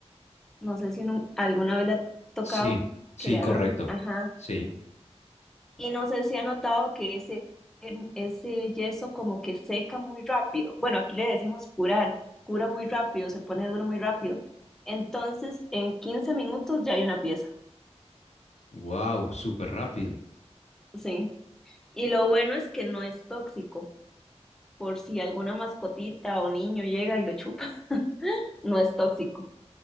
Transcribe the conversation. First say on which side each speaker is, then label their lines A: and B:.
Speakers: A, in the centre; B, on the left.
A: No sé si nu- alguna vez le ha tocado
B: Sí, sí,
A: que le hagan,
B: correcto.
A: ajá.
B: Sí.
A: Y no sé si ha notado que ese, em, ese yeso como que seca muy rápido. Bueno, aquí le decimos curar, cura muy rápido, se pone duro muy rápido. Entonces, en 15 minutos ya hay una pieza.
B: Wow, súper rápido.
A: Sí. Y lo bueno es que no es tóxico, por si alguna mascotita o niño llega y lo chupa, <laughs> no es tóxico.